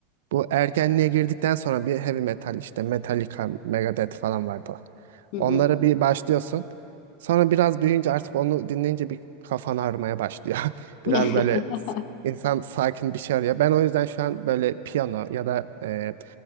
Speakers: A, on the right; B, on the left.
A: bu ergenliğe girdikten sonra bir heavy metal işte Metallica, Megadeth falan vardı.
B: Hı hı.
A: Onlara bir başlıyorsun. Sonra biraz büyüyünce artık onu dinleyince bir kafan ağrımaya başlıyor. <laughs>
B: <laughs>
A: Biraz böyle s- insan sakin bir şey arıyor. Ben o yüzden şu an böyle piyano ya da e,